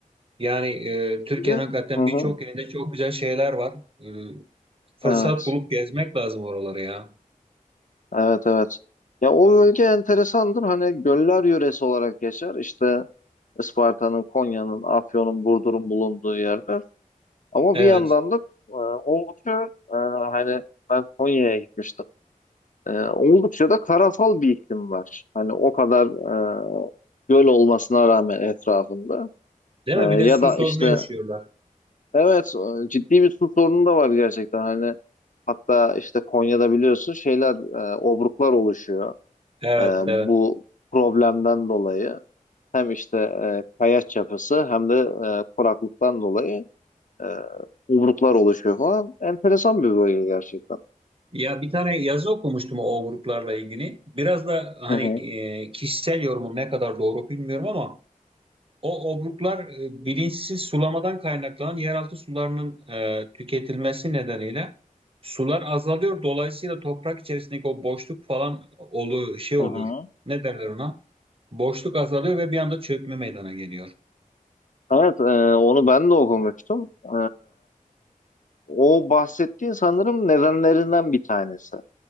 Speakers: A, on the right (about 40°); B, on the left (about 65°).
A: Yani e, Türkiye'nin
B: Bölge?
A: hakikaten
B: Hı hı.
A: birçok yerinde çok güzel şeyler var. E, fırsat
B: Evet.
A: bulup gezmek lazım oraları ya.
B: Evet evet. Ya o bölge enteresandır. Hani göller yöresi olarak geçer. İşte Isparta'nın, Konya'nın, Afyon'un, Burdur'un bulunduğu yerler. Ama
A: Evet.
B: bir yandan da e, oldukça e, hani ben Konya'ya gitmiştim. E, oldukça da karasal bir iklim var. Hani o kadar e, göl olmasına rağmen etrafında.
A: Değil
B: E,
A: mi?
B: ya
A: Bir de su
B: da
A: sorunu
B: işte
A: yaşıyorlar.
B: evet e, ciddi bir su sorunu da var gerçekten. Hani hatta işte Konya'da biliyorsun şeyler e, obruklar oluşuyor.
A: Evet,
B: E, bu
A: evet.
B: problemden dolayı. Hem işte e, kayaç yapısı hem de e, kuraklıktan dolayı. E, obruklar oluşuyor falan. Enteresan bir bölge gerçekten.
A: Ya bir tane yazı okumuştum o gruplarla ilgili. Biraz da hani
B: Hı hı.
A: e, kişisel yorumum ne kadar doğru bilmiyorum ama o obruklar e, bilinçsiz sulamadan kaynaklanan yeraltı sularının e, tüketilmesi nedeniyle sular azalıyor. Dolayısıyla toprak içerisindeki o boşluk falan olu şey oluyor.
B: Hı hı.
A: Ne derler ona? Boşluk azalıyor ve bir anda çökme meydana geliyor.
B: Evet, e, onu ben de okumuştum. E, o bahsettiğin sanırım nedenlerinden bir tanesi.